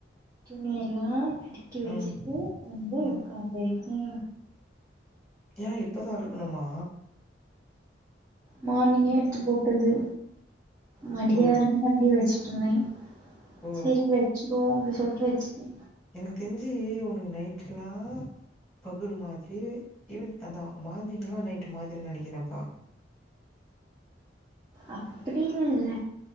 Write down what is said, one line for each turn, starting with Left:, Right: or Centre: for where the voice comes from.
Right: துணி எல்லா அடுக்கி வேச்சுட்டு
Centre: ம்
Right: வந்து
Centre: ம்
Right: உகாகாந்துருக்கே
Centre: ஏ இப்பதா அடுக்குணுமா
Right: மார்னிங்கே எடுத்து போட்டது மடியா
Centre: ஓ
Right: இருந்தனா அப்டி வச்சுட்டு இருந்தே
Centre: ஓ
Right: செரி வெச்சிருவோ அப்டி சொல்ட்டு வெச்சுட்டே
Centre: எனக்கு தெரிஞ்சு உனக்கு நைட்லா பகல் மாதிரி ஈவ்னிங் அதா மார்னிங்லா நைட்டு மாதிரி நெனைக்கிறேப்பா
Right: அப்டின் இல்ல